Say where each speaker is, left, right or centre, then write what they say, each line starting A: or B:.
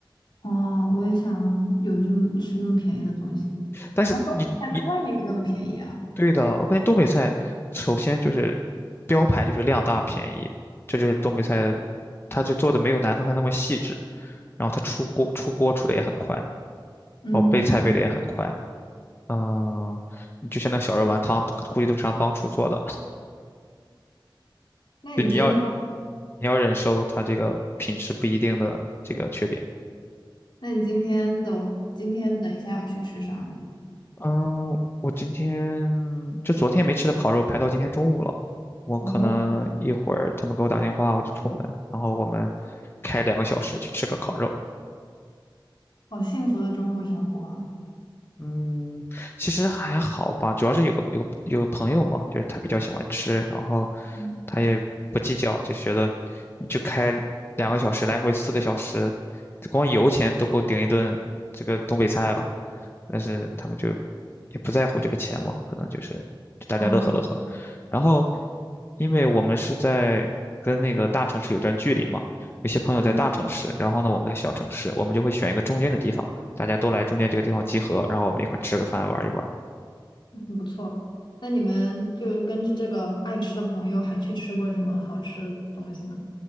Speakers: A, on the left; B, on the left.
A: 哦，我也想有这么吃那么便宜的东西。
B: 但是你你
A: 原来东北菜在外面也那么便宜啊！
B: 对的，我感觉东北菜首先就是标牌就是量大便宜，这就是东北菜，它就做的没有南方菜那么细致，然后它出锅出锅出的也很快，然
A: 嗯，
B: 后备菜备的也很快。嗯，你就像那小肉丸汤，估计都是让帮厨做的。<laughs>
A: 那你今天，
B: 对，你要你要忍受它这个品质不一定的这个缺点。
A: 那你今天的，今天等一下要去吃啥呢？
B: 嗯，我今天就昨天没吃的烤肉排到今天中午了，我可能一会儿他们给我打电话，
A: 哦，
B: 我就出门，然后我们开两个小时去吃个烤肉。
A: 好幸福的周末生活啊！
B: 嗯，其实还好吧，主要是有个有个有个朋友嘛，就是他比较喜欢吃，然后
A: 嗯，
B: 他也不计较，就觉得你就开两个小时来回四个小时，光油钱都够顶一顿这个东北菜了。但是他们就也不在乎这个钱嘛，可能就是就大家乐呵乐呵。
A: 啊
B: 然后，因为我们是在跟那个大城市有段距离嘛，有些朋友在大城市，
A: 嗯，
B: 然后呢我们在小城市，我们就会选一个中间的地方，大家都来中间这个地方集合，然后我们一块儿吃个饭玩一玩
A: 很不错。那你们就跟着这个爱吃的朋友，还去吃过什么好吃的东西吗？